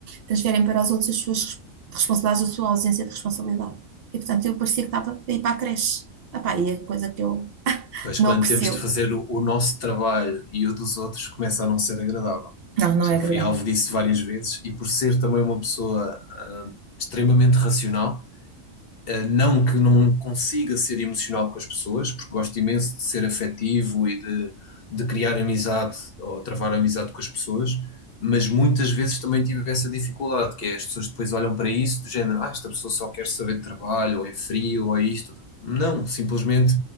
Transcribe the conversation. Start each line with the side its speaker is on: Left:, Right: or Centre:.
Right: transferem para os outros as suas res- responsabilidades, a sua ausência de responsabilidade. E portanto eu parecia que estava a ir para a creche. Ah, pá, e é coisa que eu
Left: Pois
Right: não
Left: quando
Right: aprecio.
Left: temos de fazer o, o nosso trabalho e o dos outros começa a não ser agradável.
Right: Não, não
Left: Já
Right: é agradável.
Left: fui alvo disso várias vezes e por ser também uma pessoa, ah, extremamente racional. Uh, Não que não consiga ser emocional com as pessoas, porque gosto imenso de ser afetivo e de, de criar amizade ou travar amizade com as pessoas, mas muitas vezes também tive essa dificuldade, que é as pessoas depois olham para isso do género, ah, esta pessoa só quer saber de trabalho, ou é frio, ou é isto. Não, simplesmente